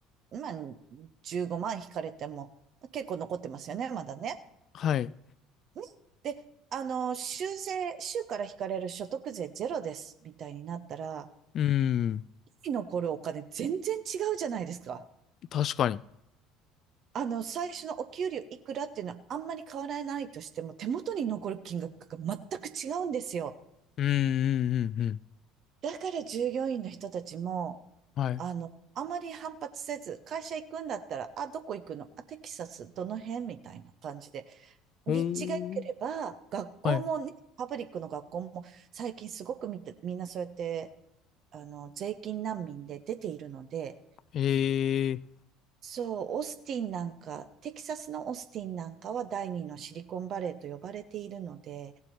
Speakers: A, on the right (about 45°); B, on the left (about 45°).
A: まあ、15万引かれても、結構残ってますよね、まだね。
B: はい。
A: ねで、あの、州税、州から引かれる所得税ゼロです、みたいになったら、
B: うん。
A: 日々残るお金全然違うじゃないですか。
B: 確かに。
A: あの、最初のお給料いくらっていうのはあんまり変わらないとしても、手元に残る金額が全く違うんですよ。
B: うん、うん、うん、うん。
A: だから従業員の人たちも、
B: はい。
A: あの、あまり反発せず、会社行くんだったら、あ、どこ行くのあ、テキサス、どの辺みたいな感じで。
B: ほー。
A: 立地が良ければ、学校もね、
B: はい。
A: パブリックの学校も、最近すごくみて、みんなそうやって、あの、税金難民で出ているので、
B: ええ。
A: そう、オースティンなんか、テキサスのオースティンなんかは第二のシリコンバレーと呼ばれているので、